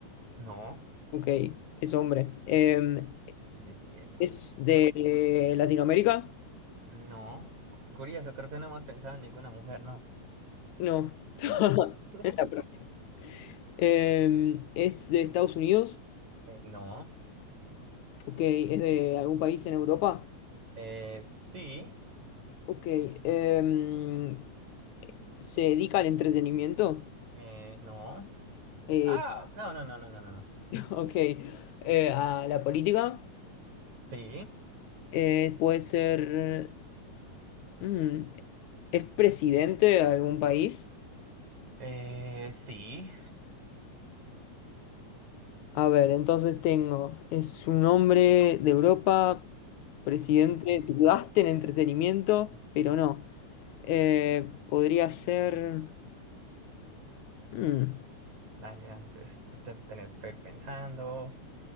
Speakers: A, on the right; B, on the left.
A: No,
B: Ok, es hombre. Em,
A: sí, sí, sí, epa.
B: ¿Es de
A: Cu-
B: Latinoamérica?
A: No, cu- curioso, creo que no hemos pensado en ninguna mujer, ¿no?
B: No. <laughs>
A: <laughs>
B: Es la próxima. Em, ¿es de Estados Unidos?
A: Eh, no,
B: Ok. ¿Es de algún país en Europa?
A: eh, sí,
B: Ok. Em, ¿se dedica al entretenimiento?
A: eh, no.
B: Eh,
A: Ah, no, no, no, no, no, no, no.
B: <laughs> ok. Eh, ¿a la política?
A: Sí,
B: Eh, ¿puede ser... mm, ¿es presidente de algún país?
A: eh, sí.
B: A ver, entonces tengo, es un hombre de Europa, presidente,
A: Ujú.
B: dudaste en entretenimiento, pero no. Eh, podría ser... mm,
A: Dale, antes te, te- tenés que ir pensando.